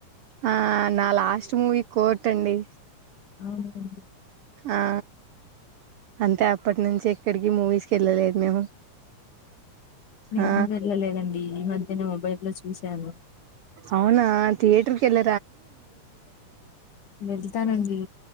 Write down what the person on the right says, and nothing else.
ఆ నా లాస్ట్ మూవి. కోర్టండి.
ఆ అంతె అప్పటి నుంచి ఎక్కడికి మూవీస్కి వెళ్ళలేదు మేము
ఆ
అవునా థియేటర్ కెల్ల